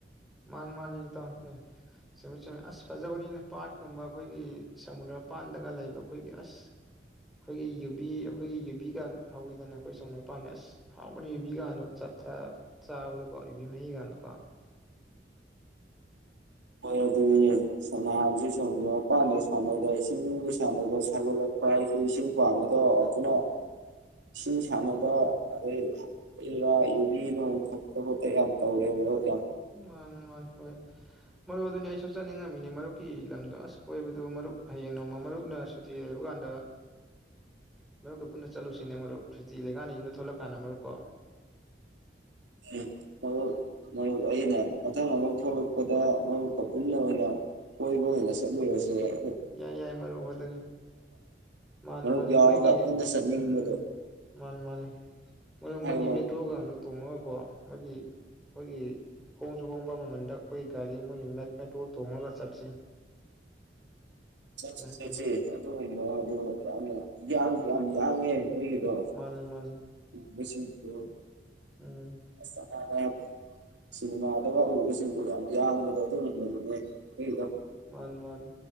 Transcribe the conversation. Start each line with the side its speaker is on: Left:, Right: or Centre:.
Centre: ꯃꯥꯅꯤ ꯃꯥꯅꯤ ꯏꯇꯥꯎ ꯑꯦ ꯆꯨꯝꯃꯤ ꯆꯨꯝꯃꯤ ꯑꯁ ꯐꯖꯕꯅꯤꯅꯦ ꯄꯥꯠꯀꯨꯝꯕ ꯑꯩꯈꯣꯏꯒꯤ ꯁꯃꯨꯗ꯭ꯔꯃꯄꯥꯟꯗꯒ ꯂꯩꯕ ꯑꯩꯈꯣꯏꯒꯤ ꯑꯁ ꯑꯩꯈꯣꯏꯒꯤ ꯌꯨꯕꯤ ꯑꯩꯈꯣꯏꯒꯤ ꯌꯨꯕꯤꯒ ꯍꯧꯋꯤꯗꯅ ꯑꯩꯈꯣꯏ ꯁꯃꯨꯗ꯭ꯔ ꯃꯄꯥꯟꯗ ꯑꯁ ꯍꯥꯎꯕꯅꯤ ꯌꯨꯕꯤꯒꯥꯗꯣ ꯆꯥ ꯊꯛꯑ ꯆꯥꯕꯗꯀꯣ ꯌꯨꯕꯤ ꯃꯍꯤꯒꯥꯗꯣ ꯀꯣ
Right: ꯍꯣꯏ ꯑꯗꯨꯅꯤꯅꯦ ꯏꯁ ꯁ ꯅꯍꯥꯟꯖꯦ ꯇꯧꯕꯗꯤ ꯌꯥꯎ ꯂꯧꯁꯤꯟꯕ ꯉꯝꯗꯕ ꯁꯥꯟꯅꯕ ꯁꯥꯒꯠꯂꯛꯄ ꯍꯥꯏꯁꯤ ꯏꯁꯤꯡ ꯄꯥꯝꯃꯤꯗꯣ ꯑꯗꯨꯅ ꯏꯁꯤꯡ ꯁꯥꯟꯅꯕ ꯑꯗꯩ ꯍꯩ ꯔꯥ ꯌꯨꯕꯤ ꯅꯣꯡ ꯊꯛꯇ ꯈꯣꯠꯇ ꯌꯥꯝ ꯇꯧꯔꯦ ꯃꯍꯣꯏ
Centre: ꯃꯥꯟꯅꯤ ꯃꯥꯟꯅꯤ ꯍꯣꯏ ꯁꯍꯍ- ꯃꯔꯨꯞ ꯑꯗꯨꯅꯤ ꯑꯩꯁꯨ ꯆꯠꯅꯤꯡꯉꯝꯃꯤꯅꯤ ꯃꯔꯨꯞꯀꯤ ꯂꯝꯗꯣ ꯑꯁ ꯀꯣꯏꯕꯗꯣ ꯃꯔꯨꯞ ꯍꯌꯦꯡ ꯅꯣꯡꯃ ꯃꯔꯨꯞꯅ ꯁꯨꯇꯤ ꯂꯩꯕ ꯀꯥꯟꯗ ꯃꯔꯨꯞꯀ ꯄꯨꯟꯅ ꯆꯠꯂꯨꯁꯤꯅꯦ ꯃꯔꯨꯞ ꯁꯨꯇꯤ ꯂꯩꯀꯥꯟꯗ ꯌꯨꯝꯗ ꯊꯣꯛꯂꯛꯀꯥꯟꯗ ꯃꯔꯨꯞꯀꯣ
Right: ꯎꯝ ꯃꯔꯨꯞ ꯃꯔꯨꯞ ꯑꯩꯅ ꯃꯊꯪ ꯑꯃꯨꯛ ꯊꯣꯛꯂꯛꯄꯗ ꯃꯔꯨꯞꯀ ꯄꯨꯟꯅ ꯑꯣꯏꯅ ꯀꯣꯏꯕ ꯑꯣꯏꯅ ꯆꯠꯂꯨꯔꯁꯤ ꯌꯥꯏ
Centre: ꯌꯥꯏ ꯌꯥꯏ ꯃꯔꯨꯞ ꯑꯗꯨꯅꯤ ꯃꯥꯅꯤ
Right: ꯃꯔꯨꯞ
Centre: ꯃꯥꯅꯤ
Right: ꯌꯥꯎꯔꯒ
Centre: ꯃꯣꯏꯒꯤ
Right: ꯄꯨꯟꯅ ꯆꯠꯅꯤꯡꯕꯗꯣ
Centre: ꯎꯝ ꯃꯥꯅꯤ ꯃꯥꯅꯤ ꯃꯔꯨꯞ
Right: ꯍꯥꯏꯔꯛꯑꯣ
Centre: ꯃꯣꯏꯒꯤ ꯃꯦꯇ꯭ꯔꯣꯒꯥꯡꯗꯣ ꯇꯣꯡꯉꯒꯀꯣ ꯃꯣꯏꯒꯤ ꯑꯩꯈꯣꯏꯒꯤ ꯍꯣꯡꯁꯨ ꯍꯣꯡꯕ ꯃꯃꯟꯗ ꯑꯩꯈꯣꯏ ꯒꯥꯔꯤ ꯃꯣꯏꯒꯤ ꯃꯦꯠ ꯃꯦꯇ꯭ꯔꯣꯗꯣ ꯇꯣꯡꯉꯒ ꯆꯠꯁꯤ
Right: ꯆꯠꯁꯤ
Centre: ꯑꯗꯨꯃꯥꯏꯅ
Right: ꯆꯠꯁꯤ
Centre: ꯇꯧꯔꯒ
Right: ꯑꯗꯨꯒꯨꯝꯕꯗꯣ ꯌꯥꯝꯅ ꯌꯥꯡꯁꯨ ꯌꯥꯝ ꯌꯥꯡꯉꯦ ꯃꯣꯏꯒꯤꯗꯣ
Centre: ꯃꯥꯅꯤ ꯃꯥꯅꯤ
Right: ꯃꯁꯤꯝꯇ
Centre: ꯎꯝ
Right: ꯑꯁ ꯅꯥꯕ ꯁꯤꯅꯦꯃꯥꯗꯒ ꯎꯕꯁꯤꯡꯗꯨ ꯌꯥꯝ ꯌꯥꯝꯕꯗꯣ ꯑꯗꯨꯒꯨꯝꯕꯅꯤꯅꯦ ꯃꯣꯏꯒꯤꯗꯣ
Centre: ꯃꯥꯅꯤ ꯃꯥꯅꯤ